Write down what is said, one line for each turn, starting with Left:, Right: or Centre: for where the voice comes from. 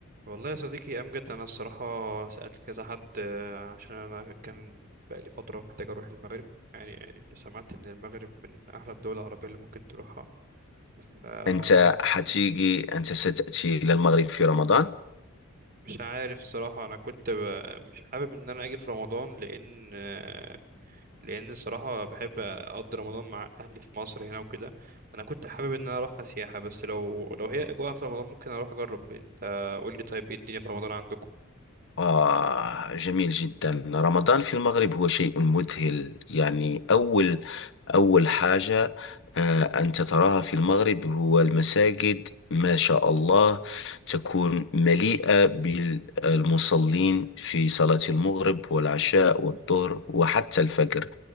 Right: والله يا صديقي أمجد أنا الصراحة سألت كذا حد آه، عشان أنا كان بقالي فترة محتاج أروح المغرب يعني سمعت إن المغرب من أحلى الدول العربية اللي ممكن تروحها فمش
Left: أنت حتيجي أنت ستأتي إلى المغرب في رمضان
Right: عارف صراحة أنا كنت ب- مش حابب إن أنا أجي في رمضان لأن آه، لأن الصراحة بحب أقضي رمضان مع أهلي في مصر هنا وكده أنا كنت حابب إن أنا أروح سياحة بس لو لو هي أجواء في رمضان ممكن أروح أجرب أنت قول لي طيب إيه الدنيا في رمضان عندكم
Left: آه جميل جدا رمضان في المغرب هو شيء مذهل يعني أول أول حاجة آه أنت تراها في المغرب هو المساجد ما شاء الله تكون مليئة بالمصلين في صلاة المغرب والعشاء والظهر وحتى الفجر